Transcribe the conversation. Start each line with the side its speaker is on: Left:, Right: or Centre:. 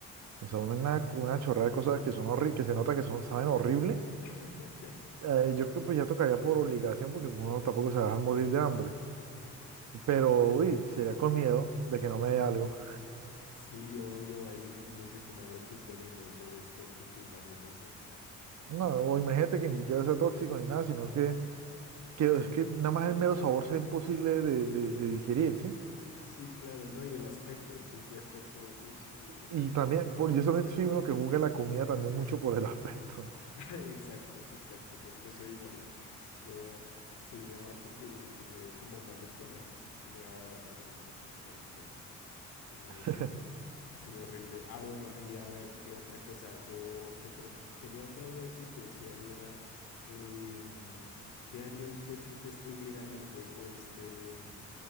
Right: o sea, una, una una chorrada de cosas que son horribles, que se nota que son, saben horrible.
Left: <laughs>
Right: Eh, yo creo que pues ya tocaría por obligación porque uno tampoco se va a dejar morir de hambre. Pero, uy, sería con miedo de que no me dé algo.
Left: Sí, obvio, ahí uno se come algo que es venenoso o es tóxico, imagínese.
Right: No, o imagínate que ni siquiera sea tóxico ni nada, sino que, que es que nada más el mero sabor sea imposible de, de- de digerir, ¿sí?
Left: Sí, claro, no, y el aspecto, el simple aspecto, ush, eh,
Right: Y, y también, por, yo también soy uno que juzga la comida también mucho por el aspecto,
Left: <laughs> exacto, exacto, yo, yo soy igual. Yo, si veo algo que, que se ve como maluco, no, ni a bala me lo, me, lo me lo como. Ay,
Right: <laughs>
Left: no. Sí, horrible. Ah, bueno, ahí a ver, ¿qué otra cosa? Yo, ¿qué otra? Tenía otra duda existencial y era, em, ¿qué haría usted si usted estuviera en el juego este? em,